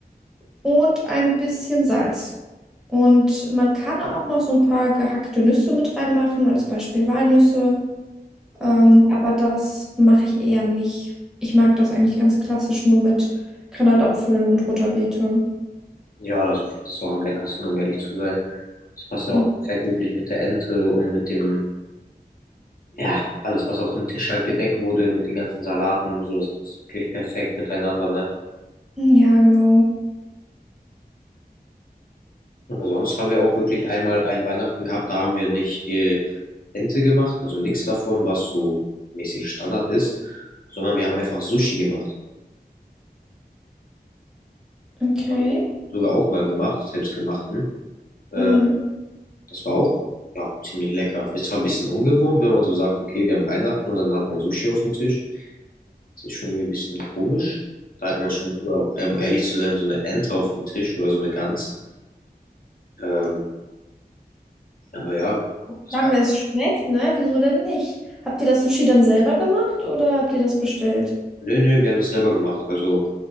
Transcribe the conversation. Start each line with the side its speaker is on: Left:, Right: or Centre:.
Centre: und ein bisschen Salz. Und man kann auch noch so ein paar gehackte Nüsse mit reinmachen, als Beispiel Walnüsse Ähm, aber das mache ich eher nicht. Ich mag das eigentlich ganz klassisch nur mit Granatapfel und roter Beete.
Left: Ja, das ist das auch am leckersten, um ehrlich zu sein. Das passt
Centre: Mhm.
Left: dann auch perfekt wirklich mit der Ente und mit dem, ja, alles, was auf dem Tisch halt gedeckt wurde, mit den ganzen Salaten und so, das passt wirklich perfekt miteinander, ne?
Centre: Ja, genau.
Left: Aber sonst haben wir auch wirklich einmal ein Weihnachten gehabt, da haben wir nicht äh, Ente gemacht, also nichts davon, was so mäßig Standard ist, sondern wir haben einfach Sushi gemacht.
Centre: Okay.
Left: Das haben wir sogar auch mal gemacht, selbstgemachten. Äh,
Centre: Mhm.
Left: Das war auch, ja, ziemlich lecker. Ist zwar ein bisschen ungewohnt, wenn man so sagt, okay, wir haben Weihnachten und dann hat man Sushi auf dem Tisch. Das ist schon irgendwie ein bisschen komisch. Da hat man schon, lieber, um ehrlich zu sein, so eine Ente auf dem Tisch oder so eine Gans. Ähm, aber ja, das
Centre: Solange
Left: war,
Centre: es schmeckt, ne? Wieso denn nicht? Habt ihr das Sushi dann selber gemacht oder habt ihr das bestellt?
Left: nö, nö, wir haben das selber gemacht. Also